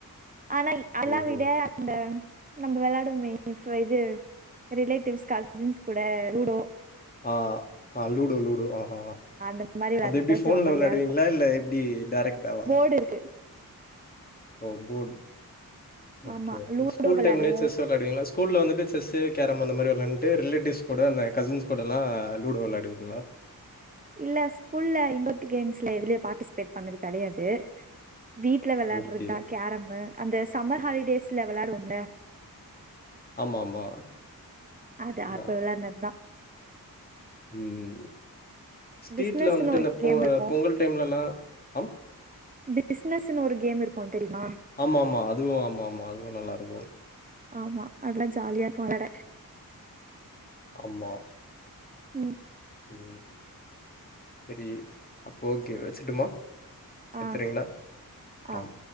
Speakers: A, on the right; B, on the left.
A: ஆனா எல்லா
B: ஓஹோ
A: விட இந்த நம்ப வெளாடுவமே இஃப் இது ரிலேட்டிவ்ஸ் கசின்ஸ் கூட லூடோ
B: ஆ ஆ லூடோ லூடோ ஓ ஆ
A: அந்த மாரி வெளாட்றதுதா
B: அத் எப்டி ஃபோன்ல
A: ஜாலியா
B: வெளாடுவீங்ளா இல்ல எப்டி டேரெக்டாவா
A: இப்டி இருக்கு
B: ஓ போட் ஓக்கே
A: ஆமா
B: ஓக்கே
A: லூடோ
B: ஸ்கூல்
A: வெளாடுவோ
B: டைம்லயே செஸ் வெ ளாடுவீங்ளா ஸ்கூல்ல வந்துட்டு செஸ்சு கேரம் அந்த மாறி வெளாண்டு ரிலேட்டிவ்ஸ் கூட அந்த கசின்ஸ் கூடல்லா லுடோ விளாடுவீங்ளா
A: இல்ல ஸ்கூல்ல இன்டோர் கேம்ஸ்ல எதுலயு பாட்டிசிபேட் பண்ணது கிடையாது வீட் ல வெளாட்றதுதா
B: ஓகே.
A: கேரமு அந்த சம்மர் ஹாலிடேஸ்ல வெளாடுவோமில்ல
B: ஆமாமா.
A: அது
B: அதான்.
A: அப்ப வெளாண்டதுதா
B: ம் ம் ஸ்டிட்ல
A: பிசினஸ்ன்னு
B: வந்துட்டு
A: ஒரு
B: இந்த
A: கேம்
B: பொ
A: இருக்கு
B: பொங்கல் டைம்ல எல்லா அம்
A: பிஸ்னஸ்னு ஒரு கேம் இருக்கும் தெரியுமா
B: ஆமா ஆமா அதுவு ஆமா ஆமா அதுவு நல்லாருக்கு
A: ஆமா அதெல்லா ஜாலியா இருக்கும் வெளாட
B: ஆமா
A: ம்
B: உம் சரி அப்போ ஓக்கே வச்சுட்டுமா வச்சட்றீங்ளா
A: ஆ ஆ
B: ஆம்